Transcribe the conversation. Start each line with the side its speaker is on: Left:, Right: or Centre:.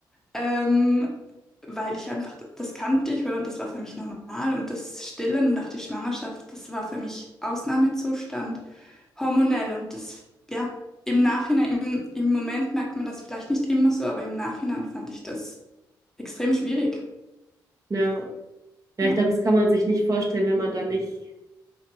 Centre: Ähm, weil ich einfach, das kannte ich oder? und das war für mich normal. Und das Stillen nach der Schwangerschaft, das war für mich Ausnahmezustand, hormonell. Und das, ja, im Nachhinein, im, im Moment merkt man das vielleicht nicht immer so, aber im Nachhinein fand ich das extrem schwierig.
Right: Ja, ja,
Centre: Ja,
Right: ich glaube, das kann man sich nicht vorstellen, wenn man da nicht,